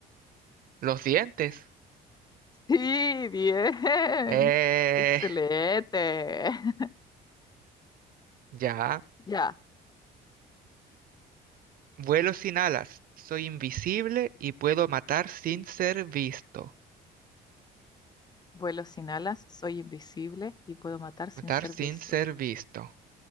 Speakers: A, on the right (about 55°); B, on the left (about 25°).
A: Los dientes.
B: Sí, bien.
A: Eh,
B: Excelente. <laughs>
A: ya.
B: Ya,
A: Vuelo sin alas. Soy invisible y puedo matar sin ser visto.
B: vuelo sin alas, soy invisible y puedo matar sin
A: Matar
B: ser
A: sin
B: visto.
A: ser visto.